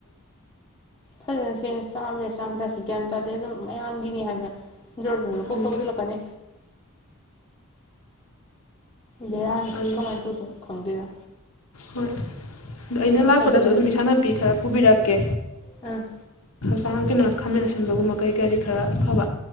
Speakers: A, on the left; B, on the left.
A: ꯐꯖꯅ ꯁꯦꯡꯅ ꯆꯥꯝꯃꯤꯔ ꯆꯥꯝ ꯇꯥꯔꯁꯨ ꯒ꯭ꯌꯥꯟ ꯇꯥꯗꯦ ꯑꯗꯨꯝ ꯃꯌꯥꯝꯒꯤꯅꯤ ꯍꯥꯏꯕꯗ ꯖꯔ ꯖꯔ ꯈꯨ
B: ꯎꯝ
A: ꯇꯧꯖꯤꯂ ꯄꯅꯤ ꯕꯦꯔꯥꯅꯤ
B: ꯑꯗꯨ
A: ꯀꯃꯥꯏꯅ ꯇꯧꯗꯣꯏꯅꯣ ꯈꯪꯗꯣꯏꯅꯣ
B: ꯍꯣꯏ ꯑꯗꯨ ꯑꯩꯅ
A: ꯐꯠꯇꯗꯤ
B: ꯂꯥꯛꯄꯗꯁꯨ
A: ꯌꯥꯗꯦ
B: ꯑꯗꯨꯝ ꯏꯁꯥ ꯅꯥꯄꯤ ꯈꯔ ꯄꯨꯕꯤꯔꯛꯀꯦ
A: ꯎꯝ
B: ꯆꯥꯡꯇꯅ ꯈꯥꯝꯅ ꯑꯁꯤꯟꯕꯒꯨꯝꯕ ꯀꯩ ꯀꯥꯗꯤ ꯈꯔ ꯐꯕ